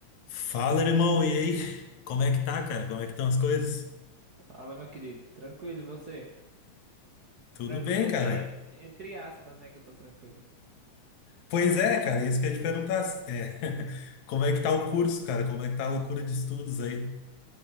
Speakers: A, on the left; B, on the right.
A: Fala, irmão, e aí? Como é que tá, cara? Como é que estão as coisas?
B: Fala, meu querido. Tranquilo, e você?
A: Tudo
B: Tranquilo
A: bem,
B: assim,
A: cara?
B: en- entre aspas, né? Que eu tô tranquilo.
A: Pois é, cara, isso que eu ia te perguntar. É, <laughs> como é que tá o curso, cara? Como é que tá a loucura de estudos aí?